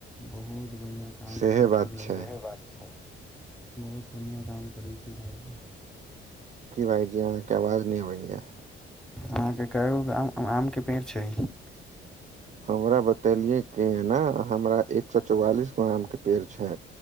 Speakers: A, in the centre; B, on the right (about 40°).
A: बढ़िआ काम
B: सेहे
A: करै
B: बात
A: छी
B: छै
A: इहे बात छै बहुत बढ़िआँ काम करै छी भायजी
B: की भाइजी अहाँके आवाज नहि होयै
A: अहाँ कै गो आ आम के पेड़ छै।
B: हमरा ब एलिय केना हमरा एक सए चौवालिस गो आम के पेड़ छै